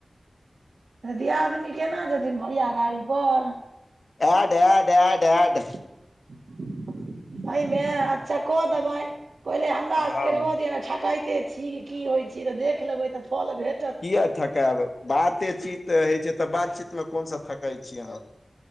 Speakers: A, on the right; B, on the left.
A: दियादनी केना जेथिन भढ़आ गाड़ी पर
B: ए दे दे दे दे <unintelligible>
A: <unintelligible> भइ मै आ चको देबनि पहिले हमरा
B: हँ
A: सबके रहो दिय ठकै कते छी की होइ छीय तऽ देख लेबै तऽ फल भे
B: किया थकायब बाते चीत होइ छै तऽ बातचीत मे कोनस थकाय छीय अहाँ।